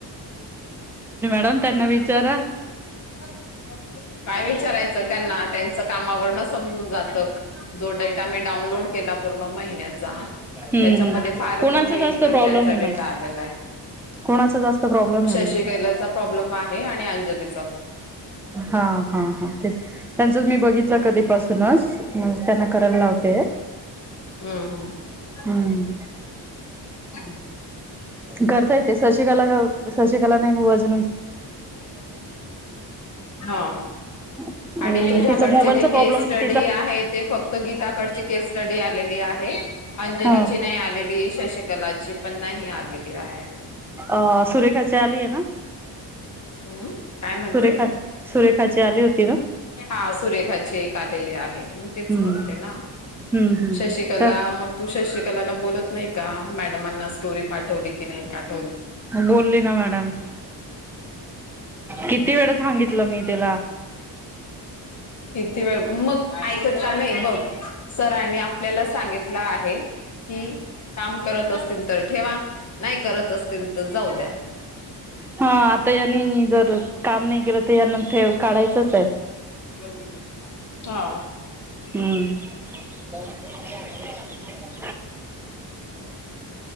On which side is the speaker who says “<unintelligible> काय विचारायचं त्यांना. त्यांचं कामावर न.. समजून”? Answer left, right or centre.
Left